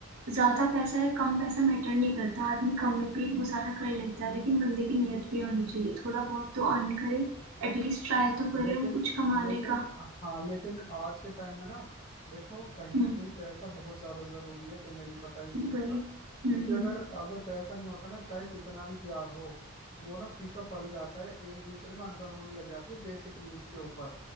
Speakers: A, on the right; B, on the left.
A: ज्यादा पैसा है कम पैसा मैटर नहीं करता आदमी कम में भी गुजारा कर लेता है लेकिन बंदे की नियत भी होनी चाहिए थोड़ा बहुत तो अर्न करे एटलीस्ट ट्राई तो करे
B: लेकिन
A: वो कुछ कमाने
B: लेकिन
A: का
B: हाँ लेकिन आज के टाइम में ना देखो कहीं ना
A: हम्म
B: कहीं पैसा बहुत ज्यादा जरूरी है तुम्हें भी पता है इस चीज
A: वही
B: का
A: हम्म
B: क्योंकि अगर
A: हम्म
B: अगर पैसा नहीं होता ना चाहे कितना भी प्यार हो वो ना फीका पड़ ही जाता है एक दूसरे में अनबन होने लग जाती है बेसिक नीड्स के ऊपर